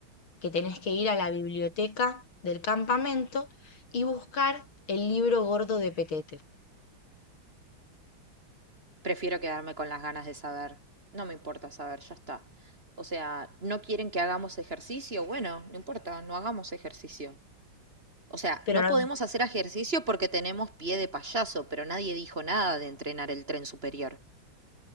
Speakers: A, on the left; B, on the right.
A: que tenés que ir a la biblioteca del campamento y buscar el libro gordo de Petete.
B: Prefiero quedarme con las ganas de saber. No me importa saber, ya está. O sea, ¿no quieren que hagamos ejercicio? Bueno, no importa, no hagamos ejercicio. O sea,
A: Pero
B: no podemos
A: no,
B: hacer ejercicio porque tenemos pie de payaso, pero nadie dijo nada de entrenar el tren superior.